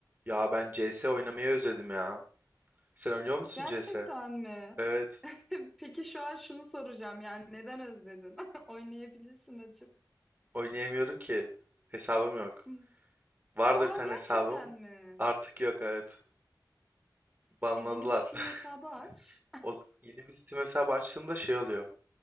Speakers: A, on the right (about 25°); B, in the centre.
A: Ya ben CS oynamayı özledim ya. Sen oynuyor musun
B: Gerçekten
A: CS?
B: mi?
A: Evet.
B: <laughs> Peki şu an şunu soracağım yani neden özledin? <laughs> Oynayabilirsin açıp.
A: Oynayamıyorum ki. Hesabım yok.
B: Hı.
A: Vardı
B: Aa
A: bir tane
B: gerçekten
A: hesabım.
B: mi?
A: Artık yok evet. Banladılar.
B: E, yeni bir Steam
A: <laughs>
B: hesabı aç.
A: O z- yeni bir Steam hesabı açtığımda şey oluyor.